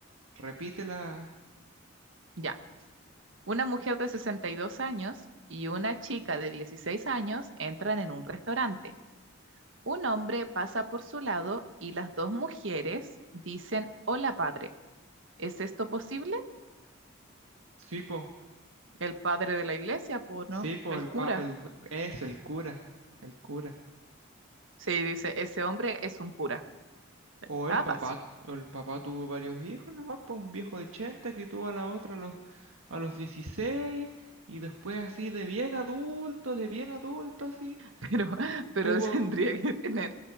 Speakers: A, on the right; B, on the right.
A: Repítela.
B: Ya. Una mujer de 62 años y una chica de 16 años entran en un restaurante. Un hombre pasa por su lado y las dos mujeres dicen, Hola, padre. ¿Es esto posible?
A: Sí, po.
B: El padre de la iglesia, pues no,
A: Sí, po,
B: el
A: el
B: cura.
A: pa, el, eso, el cura. El cura.
B: Sí, dice, ese hombre es un cura. Estaba
A: O el papá,
B: fácil,
A: o el papá tuvo varios hijos nomás, pues un viejo de 80 que tuvo a la otra a los, a los 16 y después así de bien adulto, de bien adulto así,
B: <laughs> pero, pero
A: tuvo
B: tendría que tener